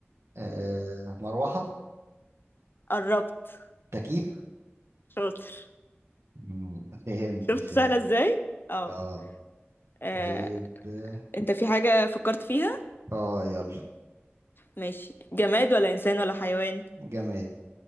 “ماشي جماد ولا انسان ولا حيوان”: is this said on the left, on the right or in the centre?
Left